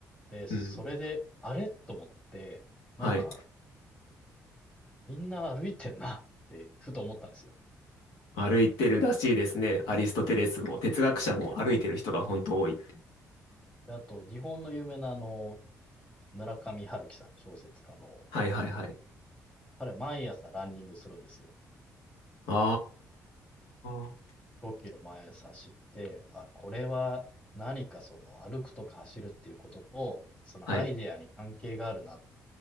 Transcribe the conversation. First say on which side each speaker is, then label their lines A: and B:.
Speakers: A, on the left; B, on the left.
A: で、それで、
B: うん。
A: あれと思って、なんか、
B: はい。
A: みんな歩いてんなって、ふと思ったんですよ。
B: 歩いてるらしいですね。アリストテレスも、哲学者も歩いてる人が本当多い。
A: そうです。で、あと、日本の有名なあの、村上春樹さん、小説家の、
B: はいはいはい。
A: 彼毎朝ランニングするんですよ。
B: ああ。
A: 5キロ前差して、あ、これは何かその歩くとか走るっていうことと、そのアイデアに関係があるなって
B: はい。